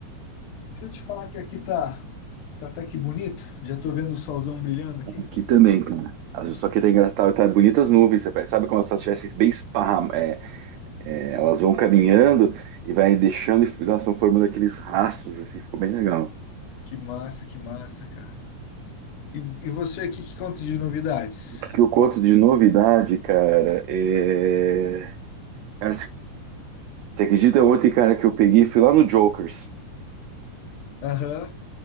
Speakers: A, on the left (about 80°); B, on the right (about 85°).
A: Deixa eu te falar que aqui tá, tá até que bonito. Já tô vendo o solzão brilhando aqui.
B: Aqui também, cara. As- Só que tá engraçado, tá bonitas nuvens, você sabe como se elas estivessem bem esparramadas, É, elas vão caminhando e vai deixando, e elas estão formando aqueles rastros, assim, ficou bem legal.
A: Que massa, que massa, cara. E, e você aqui, que conta de novidades?
B: O que eu conto de novidade, cara, é. Cara, você você acredita ontem, cara, que eu peguei, fui lá no Jokers,
A: Aham.